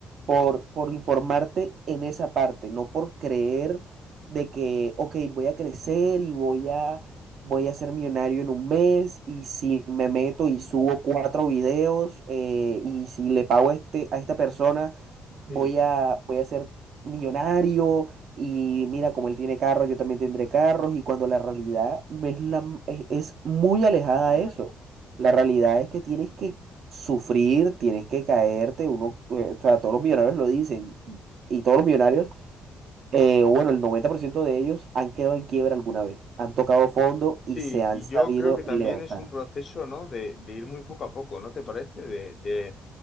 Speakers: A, on the right; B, on the left.
A: por, por informarte en esa parte, no por creer de que, ok, voy a crecer y voy a, voy a ser millonario en un mes y si me meto y subo cuatro videos eh, y si le pago a este, a esta persona, voy
B: Sí.
A: a, voy a ser millonario y mira, como él tiene carros, yo también tendré carros y cuando la realidad no es, la, es es muy alejada
B: Una-
A: a eso. La realidad es que tienes que sufrir, tienes que caerte, uno, eh, o sea, todos los millonarios lo dicen, y todos los millonarios, eh, bueno, el 90% de ellos han quedado en quiebra alguna vez, han tocado fondo y
B: Sí,
A: se han
B: y
A: sabido
B: yo creo que también
A: levantar.
B: es un proceso, ¿no? De, de ir muy poco a poco, ¿no te parece? De, de